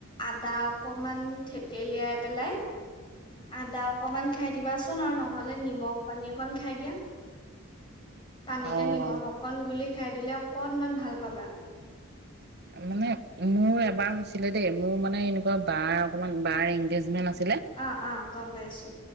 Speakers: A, on the left; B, on the right.
A: আদা অকমান থেতেলিয়াই পেলাই। আদা অকমান। খাই দিবাচোন আৰু নহ'লে নিমখ পানী অকণ খাই দিয়া। পানীতে
B: অহ
A: নিমখ অকণ গুলি খাই দিলে, অকণমান ভাল পাবা।
B: মানে মোৰ এবাৰ হৈছিলে দেই, মোৰ মানে, এনেকুৱা বাৰ, অকমান বাৰ এনগেজমেন্ট আছিল।
A: অ-অ। গম, পাইছো।